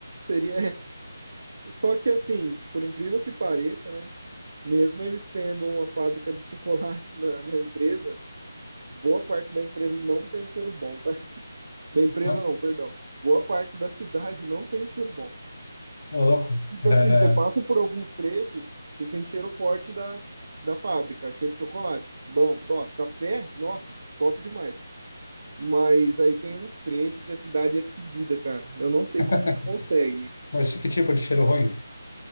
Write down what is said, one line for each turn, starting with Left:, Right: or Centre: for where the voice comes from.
Right: seria. <laughs> Só que assim, por incrível que pareça, né? Mesmo eles tendo uma fábrica de chocolate <laughs> na, na empresa, boa parte da empresa não tem um cheiro bom, tá? Da empresa
Left: Não,
Right: não, perdão. Boa parte da cidade não tem cheiro bom.
Left: Ô, louco.
Right: Tipo
Left: É...
Right: assim, você passa por alguns trechos, você sente cheiro forte da, da fábrica, cheiro de chocolate. Bom, top. Café, nossa, top demais. Mas aí tem uns trechos que a cidade é fedida, cara. Eu não sei
Left: <laughs>
Right: como que consegue.
Left: Mas que tipo de cheiro ruim?